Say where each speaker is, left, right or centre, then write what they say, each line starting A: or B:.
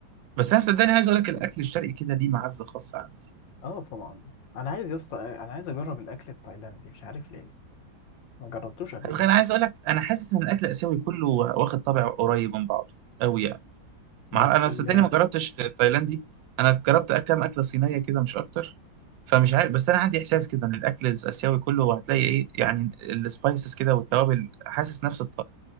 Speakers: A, on the right (about 75°); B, on the left (about 70°).
A: بس انا صدقني عايز اقول لك الاكل الشرقي كده ليه معزه خاصه عندي
B: اه طبعا انا عايز يا اسطى انا عايز اجرب الاكل التايلاندي مش عارف ليه ما جربتوش قبل كده
A: أنا عايز اقول لك انا حاسس ان الاكل الاسيوي كله واخد طابع قريب من بعضه قوي يعني
B: بس
A: مع انا
B: ال
A: صدقني ما جربتش تايلاندي انا جربت كام اكله صينيه كده مش اكتر فمش عارف بس انا عندي احساس كده ان الاكل الاسيوي كله هتلاقي ايه يعني السبايسز كده والتوابل حاسس نفس